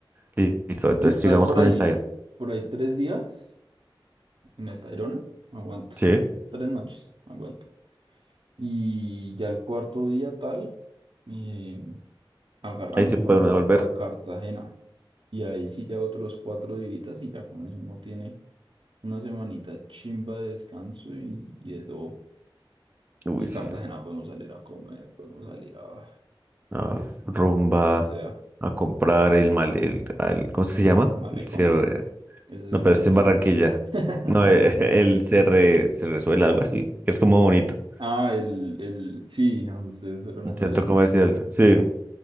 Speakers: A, on the right (about 20°); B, on the right (about 70°).
A: Mm. Listo, entonces
B: Estar
A: sigamos
B: por
A: con
B: ahí,
A: el Tairo.
B: por ahí tres días en el Tayrona, aguanta.
A: Sí,
B: Tres noches, aguanta. Y ya el cuarto día tal, eh, agarramos
A: ahí se puede uno volver.
B: para Cartagena. Y ahí sí ya otros cuatro días y ya con eso uno tiene una semanita chimba de descanso y, y de todo.
A: Uy,
B: Y
A: sí,
B: Cartagena podemos salir a comer, podemos salir a
A: a rumba,
B: lo que sea.
A: a comprar el mal, el, al- ¿cómo es que se llama?
B: Malecón,
A: El CR,
B: ese es
A: no,
B: en
A: pero
B: Barranquilla.
A: es en Barranquilla.
B: <laughs>
A: No, eh, <laughs> el CR, se resuelve algo así, que es como bonito.
B: Ah, el, el, sí, a donde ustedes fueron
A: Un
B: esa
A: centro
B: vez.
A: comercial, sí.